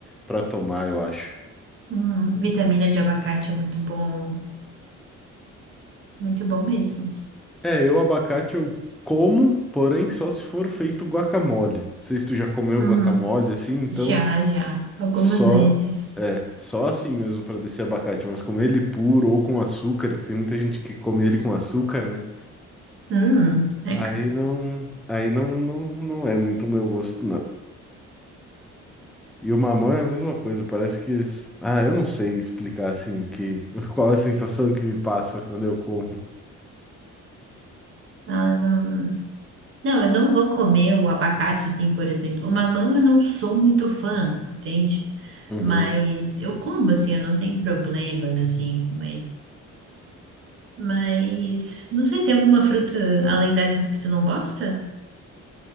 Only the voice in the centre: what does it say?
para tomar, eu acho.
É, eu abacate eu como, porém só se for feito guacamole. Não sei se tu já comeu
guacamole assim, então
só
é, só assim mesmo pra descer abacate, mas comer ele puro ou com açúcar, que tem muita gente que come ele com açúcar, né?
Aí não, aí não, não, não é muito o meu gosto, não. E o mamão é a mesma coisa, parece que, es- ah, eu não sei explicar assim o que, <laughs> qual a sensação que me passa quando eu como.
Uhum.